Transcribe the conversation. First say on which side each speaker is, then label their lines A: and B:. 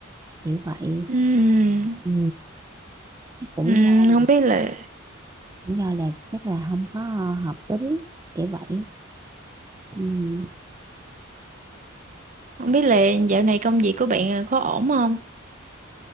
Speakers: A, on the right; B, on the right.
A: kiểu vậy
B: Ừm,
A: ừ. Chắc cũng
B: ừm,
A: do
B: không biết là
A: Lý do là chắc là không có hợp tính kiểu vậy Ừm,
B: không biết là dạo này công việc của bạn ờ, có ổn không